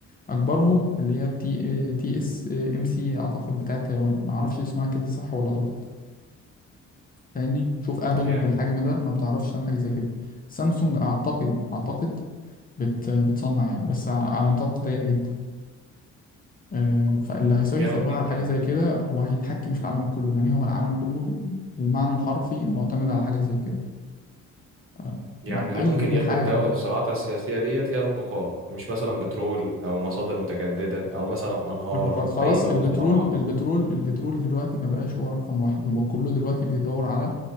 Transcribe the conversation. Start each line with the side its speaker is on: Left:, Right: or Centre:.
Left: أكبرهم اللي هي تي تي اس ام سي أعتقد بتاعة تايوان ما أعرفش اسمها كده صح ولا غلط فاهمني شوف آبل
Right: جامد
Left: بالحجم ده ما بتعرفش تعمل حاجة زي كده سامسونج أعتقد أعتقد بت بتصنع يعني بس على نطاق ضيق جدا آه، فاللي
Right: جامد
Left: هيسيطر بقى
Right: جدا
Left: على حاجة زي كده هو هيتحكم في العالم كله لأن هو العالم كله بالمعنى الحرفي معتمد على حاجة زي كده آه،
Right: يعني
Left: ما-
Right: اللي
Left: أي
Right: ممكن يخدم
Left: حاجة
Right: دولة في صراعاتها السياسية ديت هي القاقات مش مثلا بترول أو مصادر متجددة أو مثلا أنهار
Left: رقاقات خلاص
Right: أو أي
Left: البترول
Right: أو زراعة
Left: البترول البترول دلوقتي ما بقاش هو رقم واحد هو كله دلوقتي بيدور على